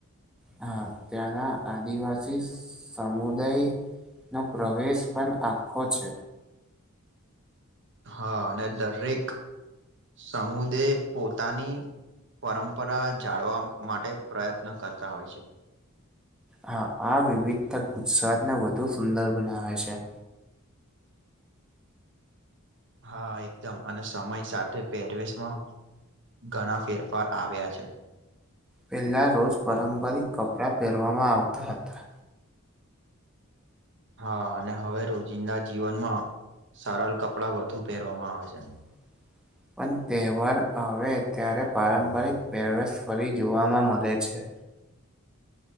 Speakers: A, in the centre; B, on the right.
A: હા, ત્યાંના આદિવાસી સમુદાય નો પ્રવેશ પણ આખો છે.
B: હા, અને દરેક સમુદાયે પોતાની પરંપરા જાળવા માટે પ્રયત્ન કરતા હોય છે.
A: હા, આ વિવિધતા ગુજરાતને વધુ સુંદર બનાવે છે.
B: હા, એકદમ અને સમય સાથે પહેરવેશમાં ઘણા ફેર ફાર આવ્યા છે.
A: પેલા રોજ પારંપારિક કપડા પહેરવામાં આવતા હતા.
B: હા અને હવે રોજિંદા જીવનમાં સરળ કપડા વધુ પહેરવામાં આવે છે.
A: <inaudible> પણ, તહેવાર હવે અત્યારે પારંપરિક પહેરવેશ ફરી જોવામાં મળે છે.